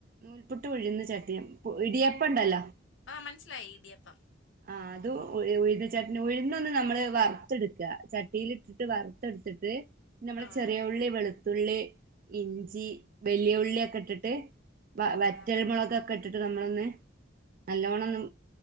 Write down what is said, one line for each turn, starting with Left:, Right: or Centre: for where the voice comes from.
Right: നൂൽപുട്ട് ഉഴുന്ന് ചട്ടിയ ഇടിയപ്പണ്ടല്ലോ
Left: ആഹ് മനസ്സിലായി ഇടിയപ്പം
Right: ആഹ് അതു ഉഴുന്നു ചട്ട്നി ഉഴുന്നൊന്ന് നമ്മള് വർ ത്തെടുക്ക ചട്ടീല് ഇട്ടിട്ട് വറുത്തെടുത്തിട്ട് നമ്മളെ
Left: ആഹ്
Right: ചെറിയ ഉള്ളി വെളുത്തുള്ളി ഇഞ്ചി വലിയ ഉള്ളിയൊക്കെ ഇട്ടിട്ട് വ വറ്റൽമുളകൊക്കെ
Left: ആ
Right: ഇട്ടിട്ട് നമ്മളൊന്ന് നല്ലോണ്ണം ഒന്ന്